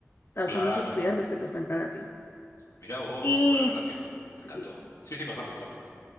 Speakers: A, on the left; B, on the left.
A: O sea,
B: Claro.
A: son los estudiantes que te están dando a ti.
B: Mirá vos.
A: Y
B: No, la verdad que me, me-
A: sí.
B: me encantó. Sí, sí, contame, contame.